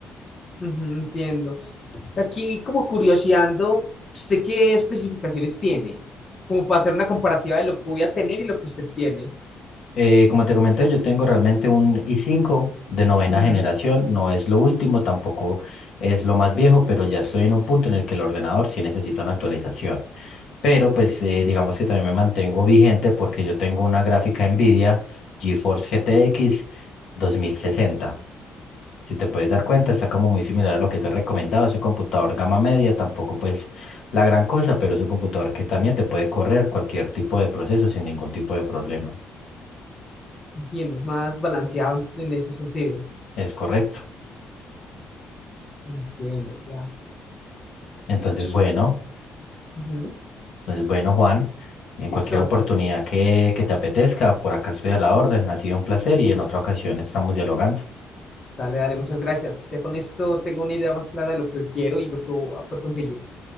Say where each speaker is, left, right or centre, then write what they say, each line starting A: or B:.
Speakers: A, on the left; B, on the left.
A: Ujú, entiendo. Aquí, como curioseando, ¿usted qué especificaciones tiene? Como para hacer una comparativa de lo que voy a tener y lo que usted tiene.
B: Eh, como te comenté, yo tengo realmente un i cinco de novena
A: Ujú,
B: generación, no es lo último, tampoco es lo más viejo, pero ya estoy en un punto en el que el ordenador sí necesita una actualización. pero pues eh, digamos que también me mantengo vigente porque yo tengo una gráfica NVIDIA GeForce GTX 2060. Si te puedes dar cuenta, está como muy similar a lo que te he recomendado. Es un computador gama media, tampoco pues la gran cosa, pero es un computador que también te puede correr cualquier tipo de proceso sin ningún tipo de problema.
A: Entiendo, es más balanceado en, en ese sentido.
B: Es correcto.
A: Entiendo, ya.
B: Entonces,
A: Eso es.
B: bueno,
A: ujú,
B: entonces, bueno, Juan, en cualquier
A: Listo.
B: oportunidad que, que te apetezca, por acá estoy a la orden. Ha sido un placer y en otra ocasión estamos dialogando.
A: Dale, dale, muchas gracias. Ya con esto tengo una idea más clara de lo que quiero y lo que voy a poder conseguir.